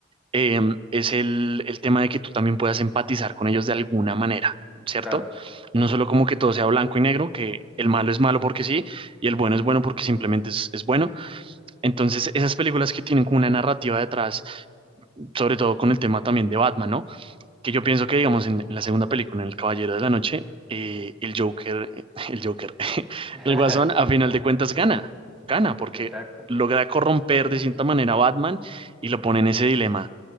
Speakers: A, on the right; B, in the centre.
A: eh, es el, el tema de que tú también puedas empatizar con ellos de alguna manera, ¿cierto?
B: claro.
A: No solo como que todo sea blanco y negro, que el malo es malo porque sí y el bueno es bueno porque simplemente es, es bueno, Entonces, esas películas que tienen como una narrativa detrás, sobre todo con el tema también de Batman, ¿no? Que yo pienso que, digamos, en, en la segunda película, en El Caballero de la Noche, eh, el Joker, eh, el Joker, <laughs>
B: <laughs>
A: el Guasón, a final de cuentas gana, gana, porque
B: Exacto,
A: logra corromper de cierta manera a Batman y lo pone en ese dilema